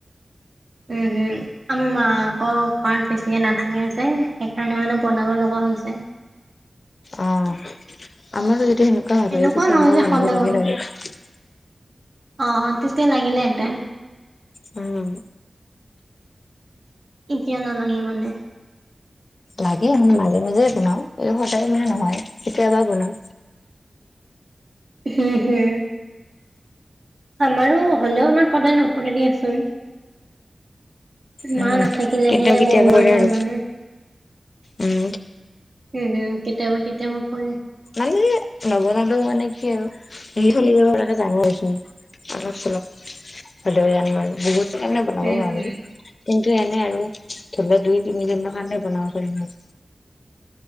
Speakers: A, on the right (about 60°); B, on the left (about 55°).
A: উম হুম আমাৰ মা আকৌ ঘৰত বেছিকে নাথাকে যে সেইকাৰণে মানে বনাব লগা হৈছে
B: অ আমাৰো যদি সেনেকুৱা ভাল
A: এনেকুৱা
B: হয় তেতিয়া
A: নহয়
B: মইও
A: যে
B: বনাব
A: সদায়
B: লাগিলহেঁতেন
A: বন অ তেতিয়া লাগিলে হেতেন
B: উম
A: এতিয়া নালাগে মানে
B: লাগে মে মাজে মাজে বনাও এই সদায় মানে নহয় কেতিয়াবা বনাও।
A: হে হে আমাৰো হ'লেও আমাৰ সদায় নপৰে দিয়াচোন।
B: উম
A: মা নাথাকিলেহে
B: কেতিয়াবা কেতিয়াবা
A: বনোৱা
B: কৰে
A: যায়
B: আৰু
A: মানে।
B: উম
A: উম হুম কেতিয়াবা কেতিয়াবা পৰে।
B: মানে নবনালেও মানে কি আৰু হেৰি কৰি তাকে ডাঙৰ হৈছোঁ। অলপ চলপ হলেও আনো আৰু বহুত কাৰণে বনাব
A: হুম
B: নোৱাৰো
A: হুম
B: কিন্তু এনে আৰু ধৰি লোৱা দুই তিনিজননৰ কাৰণে বনাব পাৰিম। আৰু